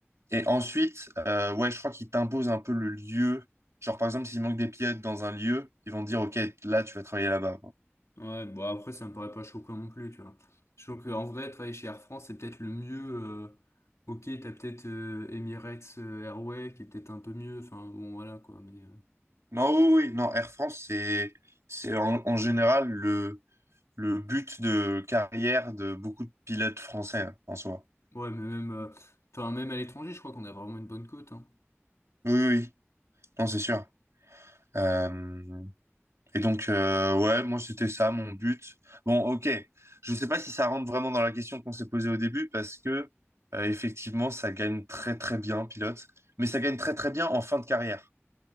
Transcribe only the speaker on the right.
Et ensuite, euh, ouais, je crois qu'ils t'imposent un peu le lieu. Genre, par exemple, s'il manque des pilotes dans un lieu, ils vont te dire, OK, là, tu vas travailler là-bas. quoi.
Non, oui, oui, non, Air France, c'est, c'est en, en général le, le but de carrière de beaucoup de pilotes français hein, en soi.
Oui, oui, oui. non, c'est sûr. Euh, et donc, euh, ouais, moi, c'était ça mon but. Bon, ok. Je ne sais pas si ça rentre vraiment dans la question qu'on s'est posée au début parce que, euh, effectivement, ça gagne très, très bien, pilote. Mais ça gagne très, très bien en fin de carrière.